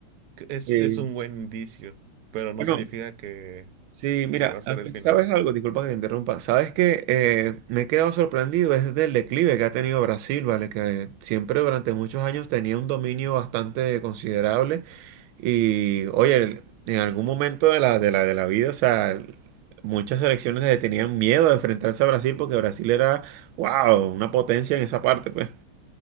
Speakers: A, on the right (about 65°); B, on the right (about 85°).
A: Que Es,
B: Sí.
A: es un buen indicio, pero no
B: Bueno,
A: significa que,
B: Sí, mira,
A: que va a ser
B: aunque
A: el final.
B: sabes algo, disculpa que te interrumpa, sabes que eh, me he quedado sorprendido es del declive que ha tenido Brasil, ¿vale? Que siempre durante muchos años tenía un dominio bastante considerable y, oye, el- en algún momento de la, de la, de la vida, o sea, el- muchas selecciones le tenían miedo a enfrentarse a Brasil porque Brasil era, wow, una potencia en esa parte, pues.